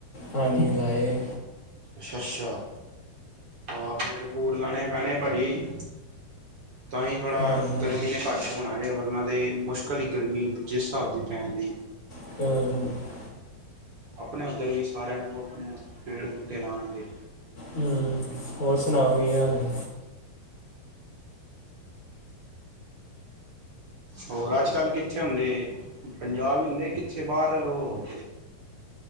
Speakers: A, on the left (about 35°); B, on the right (about 50°).
A: ਹਾਂਜੀ ਲਾਏ।
B: ਅੱਛਾ ਅੱਛਾ ਹਾਂ ਪੇੜ ਪੂੜ ਲਾਣੇ ਪੈਣੇ ਪਾਜੀ। ਤਾਂ ਈਂ ਥੋੜਾ
A: ਹਾਂਜੀ
B: ਗਰਮੀ ਨੇ ਘੱਟ ਹੋਣਾ ਏ ਵਰਨਾ ਤੇ ਮੁਸ਼ਕਲ ਈ ਗਰਮੀ ਜਿਸ ਸਾਬ ਦੀ ਪੈਣ ਦੀ।
A: <unintelligible>
B: ਆਪਣੇ ਉੱਧਰ ਵੀ ਸਾਰਿਆਂ ਨੂੰ ਕਓ ਆਪਣੇ ਪੇੜ ਬੂਟੇ ਲਾਣਗੇ।
A: ਹੂੰ ਹੋਰ ਸੁਣਾਓ ਕੀ ਹਾਲ ਨੇ?
B: ਹੋਰ ਅੱਜ ਕੱਲ੍ਹ ਕਿੱਥੇ ਹੁੰਦੇ ਪੰਜਾਬ ਹੀ ਹੁੰਦੇ ਕਿੱਥੇ ਬਾਹਰ ਹੋ।